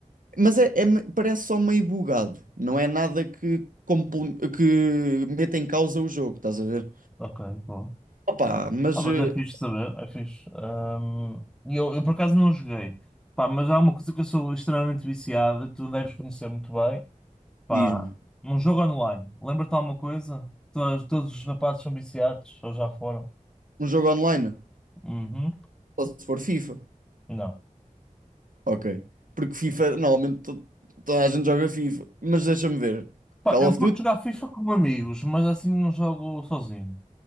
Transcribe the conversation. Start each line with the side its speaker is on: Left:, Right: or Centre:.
Right: Mas é, é me- parece só meio bugado, não é nada que, comple- que meta em causa o jogo, estás a ver?
Centre: Ok, boa.
Right: Opa, mas
Centre: Ah, mas
Right: eh,
Centre: é fixe saber, é fixe. Ahm, E eu, eu por acaso não joguei, pá, mas há uma coisa que eu sou extremamente viciado e tu deves conhecer muito bem. Pá,
Right: diz-me,
Centre: um jogo online. Lembra-te de alguma coisa? Todos, todos os rapazes são viciados, ou já foram?
Right: um jogo online?
Centre: Uhum.
Right: Só se for FIFA.
Centre: Não.
Right: Ok. Porque FIFA, normalmente to- toda a gente joga FIFA, mas deixa-me ver.
Centre: Pá,
Right: Call
Centre: eu
Right: of
Centre: curto
Right: Duty?
Centre: jogar FIFA com amigos, mas assim não jogo sozinho.